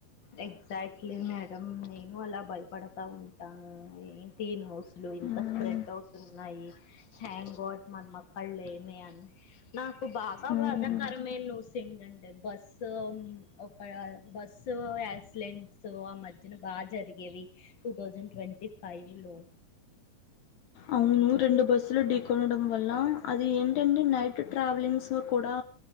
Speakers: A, on the left; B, on the left.
A: ఎగ్జాక్ట్లీ మేడం నేను అలా భయపడతా ఉంటాను ఏంటి న్యూ స్లు ఇంత
B: హ్మ్.
A: స్ప్రెడ్ అవుతున్నాయి థ్యాంక్ గాడ్ మనం అక్కడ లేమే అని నాకు బాగా
B: హ్మ్.
A: బాధాకరమైన న్యూస్ ఏంటంటే బస్ ఒక బస్ సో యాక్సిడెంట్స్ ఆ మధ్యన బాగా జరిగేవి టూ థౌజండ్ ట్వంటీ ఫైవ్లో
B: అవును రెండు బస్సులు ఢీకొనడం వల్ల అది ఏంటంటే నైట్ ట్రావెలింగ్స్ కూడా